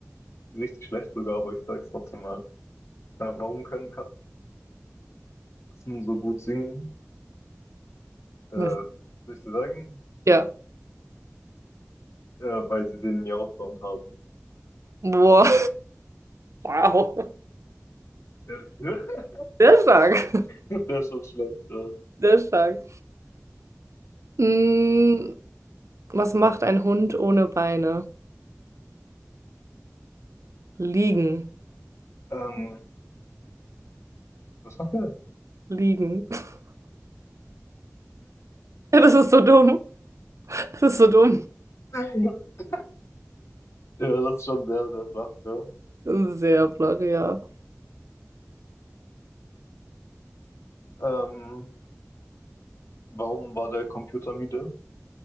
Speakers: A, on the left; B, on the right.
A: richtig schlecht sogar, aber ich sag's trotzdem mal. Äh, warum können Katzen so gut singen? Äh,
B: Was?
A: soll ich dir sagen?
B: Ja.
A: Äh, weil sie den Miau-Sound haben.
B: Boah. Wow.
A: Ja. <laughs>
B: Sehr stark.
A: Das ist schon schlecht. Ja.
B: Sehr stark. Mm, was macht ein Hund ohne Beine? Liegen.
A: Ähm, Das macht er.
B: Liegen. <laughs> Ja, das ist so dumm. Das ist so dumm.
A: <laughs> Ja, das ist schon sehr, sehr flach, ja.
B: Sehr flach, ja.
A: Ähm, warum war der Computer müde?